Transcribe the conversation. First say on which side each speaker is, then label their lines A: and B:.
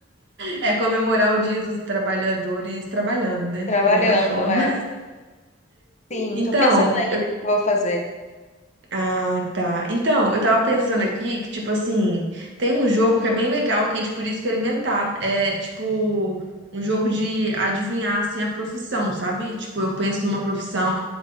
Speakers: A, on the right; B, on the left.
A: É comemorar o Dia dos Trabalhadores trabalhando, né?
B: Trabalhando,
A: Da melhor forma.
B: é. Sim,
A: Então,
B: tô pensando ainda o que que eu vou fazer.
A: Ah, tá. Então, eu tava pensando aqui que, tipo assim, tem um jogo que é bem legal que a gente podia experimentar. É, tipo, um jogo de adivinhar, assim, a profissão, sabe? Tipo, eu penso numa profissão